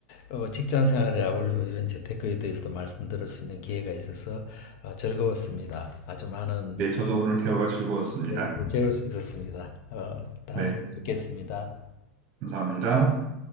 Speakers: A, on the left (about 55°); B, on the right (about 40°).
A: 어, 직장 생활에 아울러 이런 재테크에 대해서도 말씀드릴 수 있는 기회가 있어서 어, 즐거웠습니다. 아주 많은
B: 예, 저도 오늘 대화가 즐거웠습니다.
A: 네, 배울 수 있었습니다. 어, 다음에
B: 네,
A: 뵙겠습니다.
B: 감사합니다.